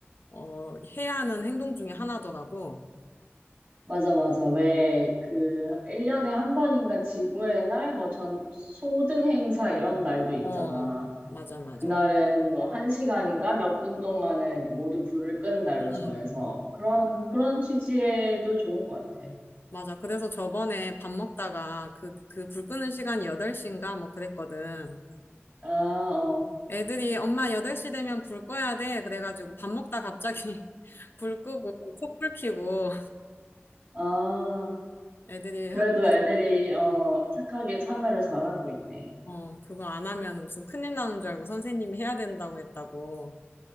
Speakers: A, on the left; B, on the right.
A: 어, 해야 하는 행동 중에 하나더라고.
B: 맞아, 맞아. 왜, 그, 1년에 한 번인가 지구의 날, 뭐, 전, 소등 행사 이런 날도 있잖아.
A: 어, 맞아, 맞아.
B: 그날은 뭐, 한 시간인가 몇 분 동안은 이제 모두 불을 끄는 날로
A: 음,
B: 정해서. 그런, 그런 취지에도 좋은 것 같아.
A: 맞아. 그래서 저번에 밥 먹다가 그, 그 불 끄는 시간이 8시인가 뭐 그랬거든.
B: 아, 어.
A: 애들이 엄마 8시 되면 불 꺼야 돼. 그래가지고 밥 먹다 갑자기 <laughs> 불 끄고 촛불 켜고
B: 아,
A: 애들이
B: 그래도
A: 학교에서
B: 애들이, 어, 착하게 참여를 잘하고 있네.
A: 어, 그거 안 하면 무슨 큰일 나는 줄 알고 선생님이 해야 된다고 했다고.